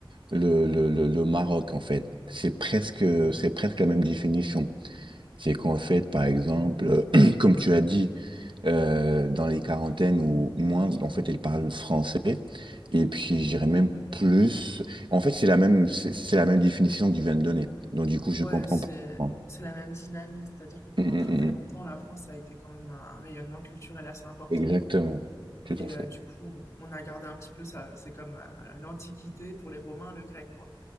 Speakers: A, on the right; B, on the left.
A: le, le, le- le Maroc, en fait. C'est presque, c'est presque la même définition. C'est qu'en fait, par exemple, <clears throat> comme tu as dit, euh, dans les quarantaines ou moins, en fait, elle parle français. Et puis, j'irais même plus. En fait, c'est la même, c'est c'est la même définition que tu viens de donner. Donc, du coup, je
B: Ouais,
A: comprends
B: c'est,
A: pas. Bon.
B: c'est la même dynamique. C'est-à-dire que pendant
A: Mm, mm,
B: très
A: mm.
B: très longtemps,
A: mm.
B: la France a été quand même un, un rayonnement culturel assez important.
A: Exactement. Tout
B: Et
A: à fait.
B: euh, du coup, on, on a gardé un petit peu ça. C'est comme euh, l'Antiquité pour les Romains, le grec, quoi.